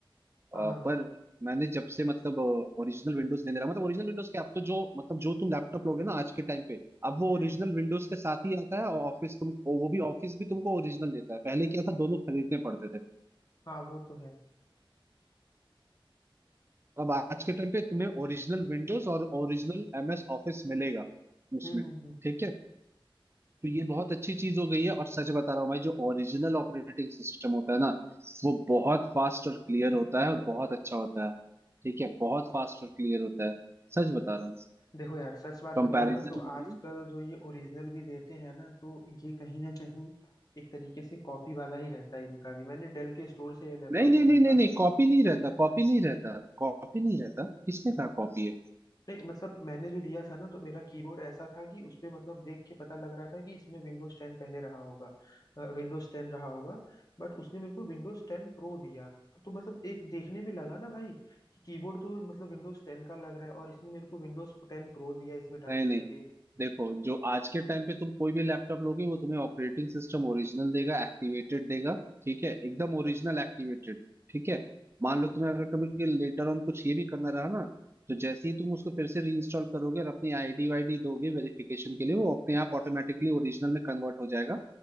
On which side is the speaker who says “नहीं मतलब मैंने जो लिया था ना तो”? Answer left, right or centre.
Left